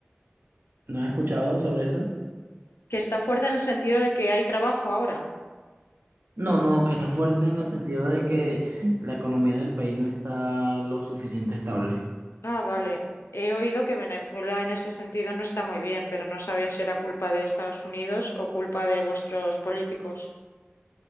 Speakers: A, on the right (about 65°); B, on the left (about 85°).
A: ¿No has escuchado sobre eso?
B: Que está fuerte en el sentido de que hay trabajo ahora.
A: No, no, que está fuerte en el sentido de que la economía del país no está lo suficiente estable.
B: Ah, vale. He oído que Venezuela en ese sentido no está muy bien, pero no sabía si era culpa de Estados Unidos o culpa de vuestros políticos.